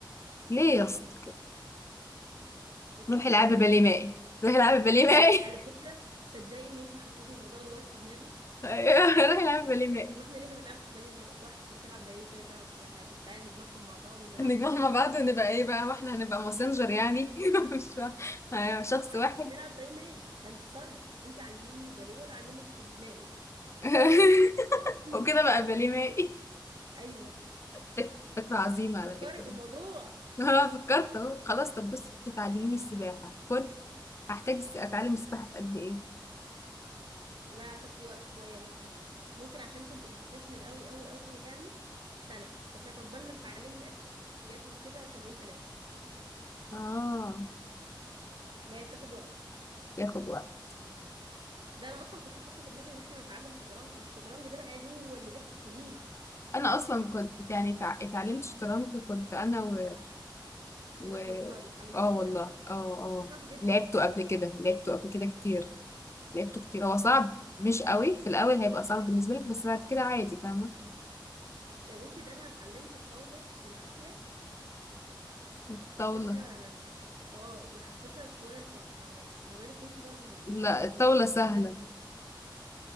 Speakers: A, on the left; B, on the right.
A: ليه يا اسطى
B: يا بنتي
A: روحي العبي
B: افرضي
A: باليه مائي روحي العبي باليه مائي
B: على فكرة صدقي ان انتي حطيتي الموضوع دلوقتي في دماغي
A: <laughs> أيوة، روحي العبي باليه مائي
B: واحنا ليه ما نلعبش باليه مائي واحدة بتلعب باليه والتانية بتلعب سباحة يا ست تعالي نجمعهم مع بعض ونلعب
A: نجمع
B: باليه
A: مع
B: مائي
A: بعض نبقى ايه بقى واحنا هنبقى ماسنجر يعني <laughs> مش فا- أيوة، شخص
B: ه-
A: واحد
B: هنلعب باليه مائي هنتصرف انتي علميني باليه وانا اعلمك المائي
A: <laughs>
B: <laughs>
A: وكده بقى باليه مائي
B: ايوه
A: فكرة فكرة عظيمة على
B: فكري
A: فكرة
B: في الموضوع
A: <laughs> اه فكرت اهو خلاص طب بص تعلميني السباحة فل هحتاج الس- اتعلم السباحة في قد ايه
B: لا هتاخدي وقت شوية ممكن ممكن عشان تبقي بروفيشنال قوي قوي قوي يعني سنة بس هتقبل ما تتعلمي الاساسيات وكده شهرين ثلاثة
A: اه
B: لا هي بتاخد وقت
A: ياخد وقت
B: ده انا اصلا كنت حاطه في دماغي ان احنا نتعلم شطرنج والشطرنج ده بقى هو اللي بياخد سنين
A: انا اصلا كنت يعني تع- اتعلمت شطرنج كنت انا و, و...
B: بتهزري اتعلمتيه
A: اه
B: بجد
A: والله اه اه
B: ده صعب جدا
A: لعبته قبل كده لعبته قبل كده كتير لعبته كتير هو صعب مش قوي في الاول هيبقى صعب بالنسبة لك بس بعد كده عادي فاهمة
B: يا بنتي ده انا اتعلمت الطاولة بالعافية
A: الطاولة
B: وحسيتها اه وحسيتها شوية صعبة ما بالك انت بقى بال... بالشطرنج
A: لا الطاولة سهلة
B: ذات نفسه